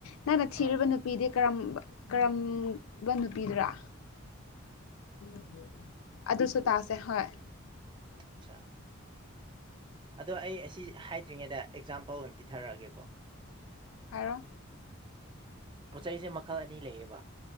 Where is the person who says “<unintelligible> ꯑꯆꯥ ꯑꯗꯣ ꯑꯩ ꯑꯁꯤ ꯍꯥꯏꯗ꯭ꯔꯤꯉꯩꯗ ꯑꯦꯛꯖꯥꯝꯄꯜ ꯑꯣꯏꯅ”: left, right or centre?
Right